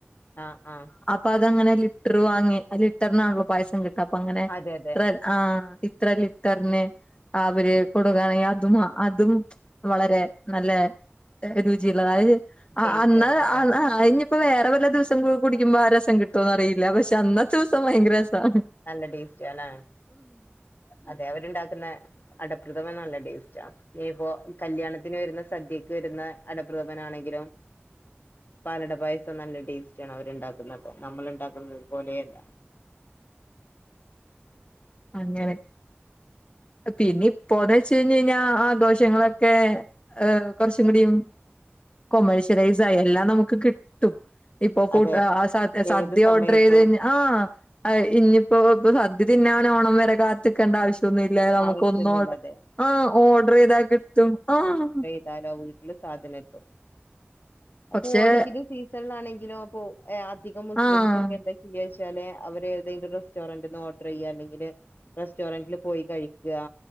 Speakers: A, on the left; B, on the left.
A: അ ആ
B: പ്പതങ്ങനെ ലിറ്റ്റ് വാങ്ങി അലിറ്റർനാണല്ലോ പായസം കിട്ട അപ്പങ്ങനെ
A: അതെ അതെ
B: ഇത്ര ആ- ഇത്ര ലിറ്റർന്. അവര് കൊടുകണെങ്കി അതും അതും വളരെ ന്നല്ലെ- എ രുചിള്ളത അ
A: ടേസ്റ്റ്
B: അന്ന്
A: ആയിരിക്കും അല്ലേ
B: അന്ന് അയിഞ്- പ്പൊ വേറെ വല്ല ദിവസം കുടിക്കുമ്പോ ആ രസം കിട്ടോന്നറിയില്ല പക്ഷെ അന്നത്തുസം ഭയങ്കര രസാ.
A: നല്ല ടേസ്റ്റേളാ അതെ അവര്ണ്ടാക്ക്‌ന്ന- അടപ്രഥമൻ നല്ല ടേസ്റ്റാ. ഇനിപ്പോ കല്യാണത്തിന് വെരുന്ന സദ്യക്ക് വെരുന്ന അടപ്രഥമനാണെങ്കിലും. പാലട പായസം നല്ല ടേസ്റ്റാണ് അവര്ണ്ടാക്ക്‌ന്നത് നമ്മള്ണ്ടാക്കുന്നത് പോലേയല്ല.
B: അങ്ങനെ പിനിപ്പോന്നെച്ചയ്ഞയ്ഞ്ഞാ ആഘോഷങ്ങളൊക്കെ ഏഹ് കൊറച്ചുംകുടിം കോമേഴ്ഷലൈസായി എല്ലാം നമുക്ക് കിട്ടും. ഇപ്പൊ കൂട്ടാ
A: അതെ
B: ആ സദ്യ
A: ഏത് സമയത്തും
B: ഓർഡ്രൈയ്ത് കയ്ഞ്ഞാ- ആ അ ഇഞ്ഞിപ്പോ ഇപ്പ സദ്യ തിനാനോണം വെരെ കാത്ത്ക്കണ്ടാവശ്യ- ഇതൊന്നുല്ലാ നമുക്കൊന്നോട
A: ആവശ്യൊന്നുല്ലാതെ
B: ആ ഓഡ്രയ്താ കിട്ടും ആഹ്
A: ന്താലൊ വീട്ട്ല് സാധനം എത്തും അപ്പൊ
B: പക്ഷെ
A: ഓണത്തിന് സീസൺലാണെങ്കിലോ പോവു- ഏ അധികം മുസ്ലിംസൊക്കെന്ത
B: ആഹ്
A: ചെ- യ്യാച്ചാല് അവര് ഏതെങ്കിലും റെസ്റ്റോറന്റ്ന്ന് ഓഡ്രയ്യാ അല്ലെങ്കില് റെസ്റ്റോറന്റില് പോയി കഴി- ക്കാ